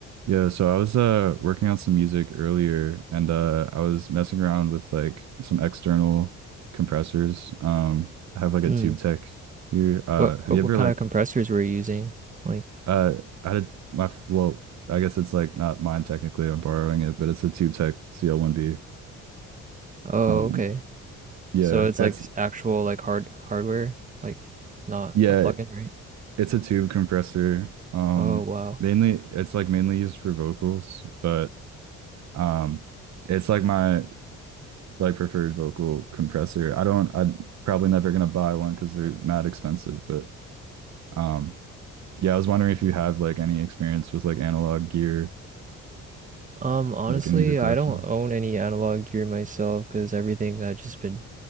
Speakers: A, on the right (about 65°); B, on the right (about 25°).
A: Yeah, so I was uh working on some music earlier and uh I was messing around with like some external compressors. Um I have like a
B: Mm.
A: Tube Tech here. Uh
B: What,
A: have
B: what
A: you ever
B: what kind
A: like
B: of compressors were you using? Like,
A: uh I had my f- well, I guess it's like not mine technically. I'm borrowing it, but it's a Tube Tech CL1B.
B: oh,
A: Um
B: okay.
A: yeah,
B: So it's
A: that's
B: like s- actual like hard hardware, like not
A: yeah,
B: a plugin, right?
A: it's a tube compressor. Um
B: Oh, wow.
A: mainly it's like mainly used for vocals, but um it's like my like preferred vocal compressor. I don't, I'm probably never gonna buy one because they're mad expensive, but um yeah, I was wondering
B: Mhm.
A: if you have like any experience with like analog gear
B: Um, honestly,
A: like in music production.
B: I don't own any analog gear myself because everything I've just been